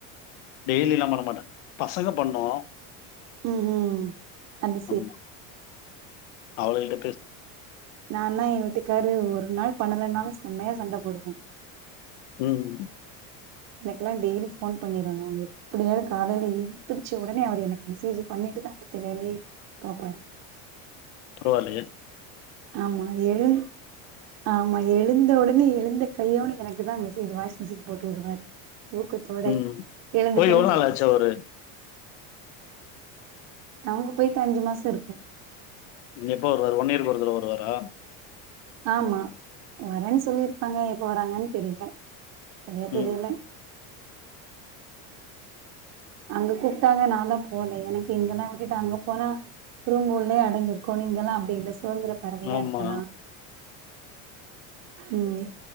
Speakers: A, on the left (about 85°); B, on the right (about 40°).
A: டெய்லில்லா பண்ண மாட்டே பசங்க பண்ணு
B: ம் ம் அது
A: ஆமா அவள எங்
B: நா தா எ வீட்டுக்காரு ஒரு நாள் பன்னலனாலும் செம்மையா சண்டை போடுவே
A: உம்
B: எனக்கெல்லா டெய்லி ஃபோன் பண்ணிடணு எப்படியாது காலையில எந்துடுச்ச ஒடனே அவர் எனக்கு மெசேஜ் பண்ணிட்டுதா அடுத்த வேலையை பாப்பாரு
A: பரவாலேயே
B: ஆமா ஏழு ஆமா ஏ எழுந்த ஒடனே எழுந்த கையோடு எனக்கு தா மெசேஜ் வாய்ஸ் மெசேஜ் போட்டு விடுவாரு தூக்கத்தோட
A: உம்
B: எழுந்துட்டேன்னு
A: போய் எவ்ளோ நாளாச்சா
B: சொல்லிட்டு
A: அவுரு
B: அவுங்க போயிட்டு அஞ்சு மாசோருக்கு
A: இனி எப்போ வருவாரு ஒன்னியருக்கு ஒருத்தர வருவாரா
B: ஆமா வரேன்னு சொல்லிருக்காங்க எப்ப வராங்கன்னு தெரியல சரியா
A: ம்
B: தெரியல அங்க கூப்ட்டாங்க நா தா போல எனக்கு இங்கல்லா விட்டுட்டு அங்க போனா ரூம்புள்ளயே அடைஞ்சிருக்கனு இங்கெல்லா அப்டி இல்ல சுதந்திர பறவையா
A: ஆமா
B: இருக்கலா உம்